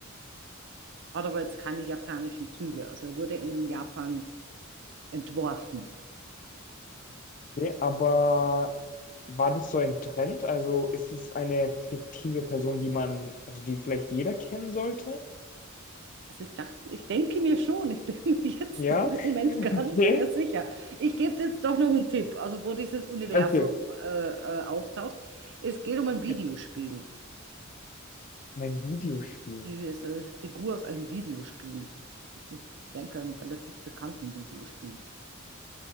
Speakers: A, on the right; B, on the left.
A: hat aber jetzt keine japanischen Züge. Also er wurde in Japan entworfen.
B: Okay, aber war das so ein Trend? Also ist es eine fiktive Person, die man, also die vielleicht jeder kennen sollte?
A: Also ich dachte, ich denke mir schon, ich bin mir jetzt
B: Ja,
A: im Moment
B: <laughs>
A: gar nicht
B: okay.
A: mehr sicher. Ich gebe dir jetzt doch noch einen Tipp, also wo dieses Universum
B: Okay.
A: äh, äh, auftaucht. Es geht um ein Videospiel.
B: Ja. Mein Videospiel.
A: Diese ist eine Figur aus einem Videospiel. Ich denke, einem relativ bekannten Videospiel.